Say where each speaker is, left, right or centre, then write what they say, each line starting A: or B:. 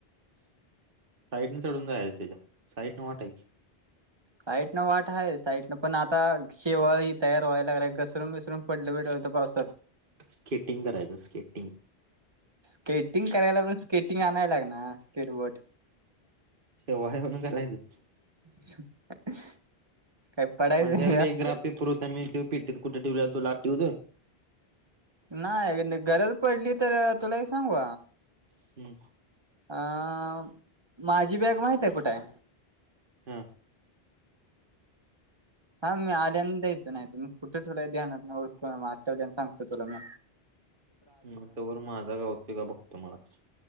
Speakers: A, on the right; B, on the right.
A: साईटने चढून जायच त्याच्या साईटने वाटऐ
B: साईट न वाट आहे साईट न पण आता शेव ही तयार व्हायला लागला घसरून विसरून पडलं भेट. पावसात
A: स्केटिंग करायचं स्केटिंग
B: स्केटिंग करायला पण स्केटिंग आणायला लागणार स्केटबोर्ट
A: शेव आहे होण काय राहिच.
B: <inaudible> पडायचं
A: माझ्याकडे
B: नाही आपल्याला
A: एक ग्राफ पेपर होता मी ते पिट्टीत कुठे ठेवलेला तो लाटेवत.
B: नाही गरज पडली तर तुला सांगू.
A: हम्म.
B: अं माझी बॅग माहित हाय कुठ हाय.
A: हा.
B: थांब मी आल्यान देतो नाय त मी कुठ ठेवलाय ध्यानात नाय ओळख आठवल्या सांगतो तुला म
A: हम्म तवर माझा गावत का बघतो मलाचं